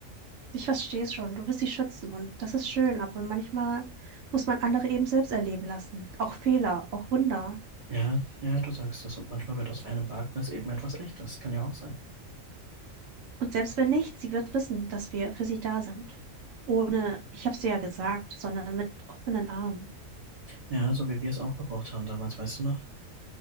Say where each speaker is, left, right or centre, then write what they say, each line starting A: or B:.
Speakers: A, on the right; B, on the right.
A: ich verstehe es schon. Du willst sie schützen und das ist schön, aber manchmal muss man andere eben selbst erleben lassen. Auch Fehler, auch Wunder.
B: Ja, ja, du sagst es. Und manchmal wird aus einem Wagnis eben etwas Echtes. Kann ja auch sein.
A: Und selbst wenn nicht, sie wird wissen, dass wir für sie da sind. Ohne, ich habe es dir ja gesagt, sondern mit offenen Armen.
B: Ja, so wie wir es auch gebraucht haben damals, weißt du noch?